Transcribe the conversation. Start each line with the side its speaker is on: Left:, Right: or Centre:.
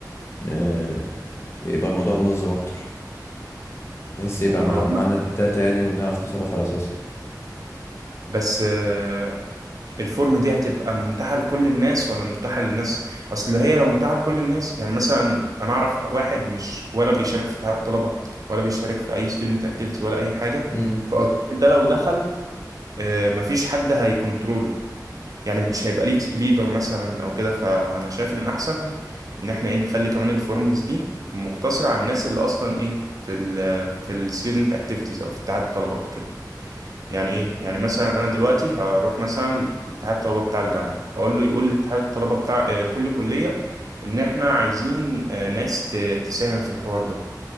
Left: آه، يبقى الموضوع منظم اكتر بحيث يبقى
Right: و...
Left: مع... معانا الداتا يعني ونعرف نصرف على اساسها
Right: بس آه، الفورم دي هتبقى متاحة لكل الناس ولا متاحة للناس اصل هي لو متاحة لكل الناس يعني مثلا انا اعرف واحد مش ولا بيشارك في اتحاد الطلبة ولا بيشارك في اي ستودنت اكتيفيتي ولا اي حاجة
Left: امم
Right: فاظن ده لو دخل آه، مفيش حد هيكونتروله يعني مش هيبقى ليه ليدر مثلا او كده فانا شايف ان الاحسن ان احنا ايه نخلي كمان الفورمز دي مقتصرة على الناس اللي اصلا ايه في ال في الستودنت اكتيفيتيز او في اتحاد الطلبة وكده يعني ايه يعني مثلا انا دلوقتي هروح مثلا لاتحاد الطلبه بتاع الجامعه اقول له يقول لاتحاد الطلبه بتاع آه، كل كليه ان احنا عايزين آه، ناس ت- تساهم في الحوار ده